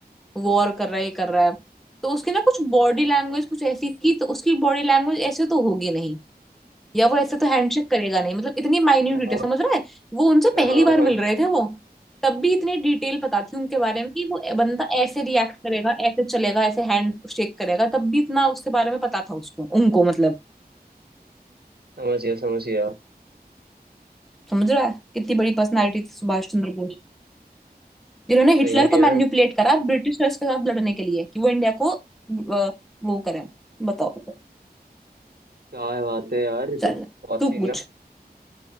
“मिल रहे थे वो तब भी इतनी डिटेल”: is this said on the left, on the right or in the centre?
Centre